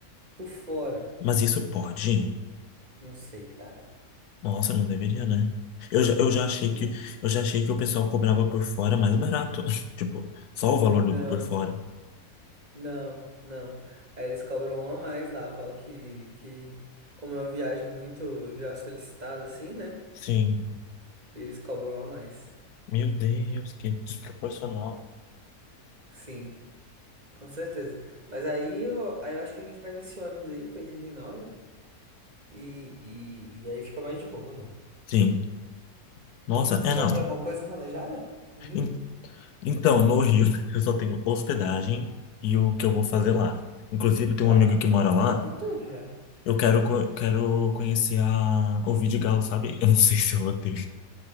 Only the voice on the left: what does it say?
Mas isso pode?
Nossa, não deveria, né? Eu já, eu já
achei
que eu já achei que o pessoal cobrava por fora mais barato. <laughs> Tipo, só o valor do
por fora.
Sim.
Meu Deus, que desproporcional.
Sim. Nossa,
é
não.
En- Então, no Rio, <laughs> eu só tenho hospedagem e o que eu vou fazer lá. Inclusive, tem
um amigo que mora lá.
Eu quero, co- quero conhecer a, o Vidigal, sabe? Eu não <laughs> sei se eu vou ter.